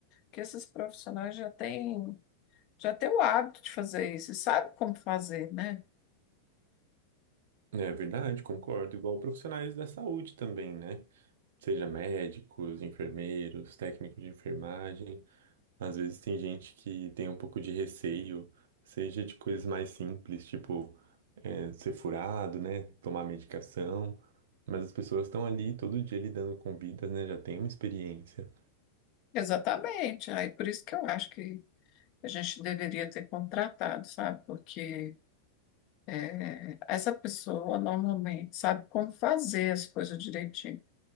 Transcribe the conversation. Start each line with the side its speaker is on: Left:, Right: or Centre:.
Left: que esses profissionais já têm, já têm o hábito de fazer isso e sabem como fazer, né?
Right: É verdade, concordo. Igual profissionais da saúde também, né? Seja médicos, enfermeiros, técnicos de enfermagem. Às vezes tem gente que tem um pouco de receio, seja de coisas mais simples, tipo é, ser furado, né? Tomar medicação. Mas as pessoas estão ali todo dia lidando com vidas, né? Já tem uma experiência.
Left: Exatamente. Aí por isso que eu acho que a gente deveria ter contratado, sabe? Porque É, essa pessoa normalmente sabe como fazer as coisas direitinho.